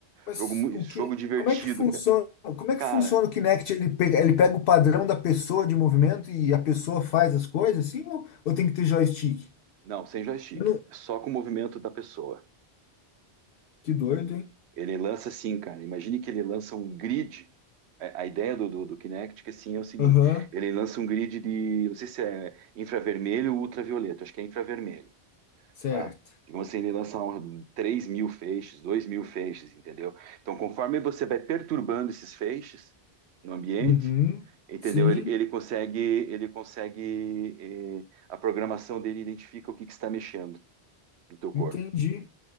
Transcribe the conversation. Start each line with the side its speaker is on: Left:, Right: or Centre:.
Left: Mas
Right: Jogo, mu-
Left: o
Right: jogo
Left: que,
Right: divertido,
Left: como é que funciona?
Right: cara.
Left: Como é que
Right: Cara,
Left: funciona o Kinect? Ele pega, ele pega o padrão da pessoa de movimento e a pessoa faz as coisas assim? Ou, ou tem que ter joystick?
Right: Não, sem joystick.
Left: Eu não-
Right: Só com o movimento da pessoa.
Left: Que doido, hein?
Right: Ele lança assim, cara. Imagine que ele lança um grid. A a ideia do, do, do Kinect, que assim, é o seguinte:
Left: Aham,
Right: ele lança um grid de, não sei se é infravermelho ou ultravioleta, acho que é infravermelho,
Left: certo.
Right: tá? Digamos assim, ele lança um, três mil feixes, dois mil feixes, entendeu? Então, conforme você vai perturbando esses feixes no ambiente,
Left: Uhum,
Right: entendeu?
Left: sim,
Right: Ele, ele consegue, ele consegue, eh, a programação dele identifica o que que está mexendo no teu corpo.
Left: entendi.